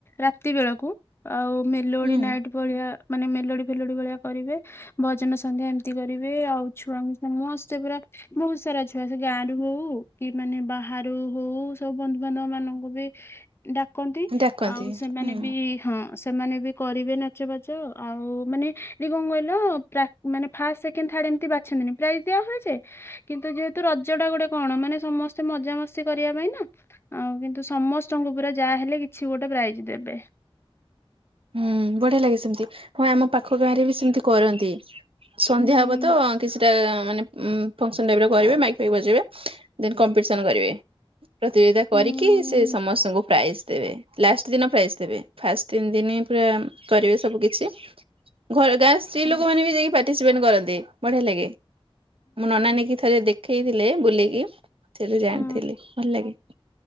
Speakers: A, on the left; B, on the right.
A: ରାତି ବେଳକୁ। ଆଉ ମେଲୋଡି
B: ହୁଁ
A: ନାଇଟ୍ ଭଳିଆ ମାନେ ମେଲୋଡି ଫେଲୋଡି ଭଳିଆ କରିବେ ଭଜନ ସନ୍ଧ୍ୟା ଏମିତି କରିବେ ଆଉ ଛୁଆଙ୍କୁ ମସ୍ତେ ପୁରା ବହୁତ ସାରା ଛୁଆ ସେ ଗାଁ ରୁ ହଉ କି ମାନେ ବାହାରୁ ହଉ ସବୁ ବନ୍ଧୁବାନ୍ଧବ ମାନଙ୍କୁ ବି ଡା କହନ୍ତି
B: ଡାକନ୍ତି
A: ଆଉ ସେମାନେ
B: ହୁଁ।
A: ବି ହଁ ସେମାନେ ବି କରିବେ ନାଚ ବାଚ ଆଉ ମାନେ ଦି କଣ କହିଲ ମାନେ ପ୍ରା ଫାଷ୍ଟ ସେକେଣ୍ଡ ଥାଡ ଏମତି ବାଛନ୍ତିନି ପ୍ରାଇଜ ଦିଆହୁଏ ଜେ କିନ୍ତୁ ଯେହେତୁ ରଜଟା ଗୋଟେ କଣ ମାନେ ସମସ୍ତେ ମଜାମସ୍ତି କରିବା ପାଇଁ ନା। ଆଉ କିନ୍ତୁ ସମସ୍ତଙ୍କୁ ପୁରା ଯାହାହଲେ କିଛି ଗୋଟେ ପ୍ରାଇଜ ଦେବେ।
B: ହୁଁ ବଢିଆ ଲାଗେ ସେମିତି ହଁ ଆମ ପାଖ ଗାଁରେ ବି ସେମତି କରନ୍ତି। ସନ୍ଧ୍ୟା
A: ହୁଁ
B: ହବ ତ କିଛିଟା ମାନେ ଉଁ ଫଙ୍କସନ୍ ଟାଇପର କରିବେ ମାଇକ ଫାଇକ ବଜେଇବେ ଦେନ କମ୍ପିଟେସନ କରିବେ। ପ୍ରତିଯୋଗିତା କରିକି
A: ହୁଁ
B: ସେ ସମସ୍ତଙ୍କୁ ପ୍ରାଇଜ ଦେବେ ଲାଷ୍ଟ ଦିନ ପ୍ରାଇଜ ଦେବେ ଫାଷ୍ଟ ତିନି ଦିନ ପୁରା କରିବେ ସବୁ କିଛି ଘର ଗାଁ ସ୍ତ୍ରୀ
A: ହଁ
B: ଲୋକମାନେ ବି ଯାଇକି ପାଟ ପାଟିସ୍ପେଣ୍ଟ କରନ୍ତି ବଢିଆ ଲାଗେ ମୋ ନନା ଥରେ ଦେଖେଇଥିଲେ ବୁଲେଇକି ସେଠୁ ଜାଣିଥିଲି
A: ହଁ
B: ଭଲ ଲାଗେ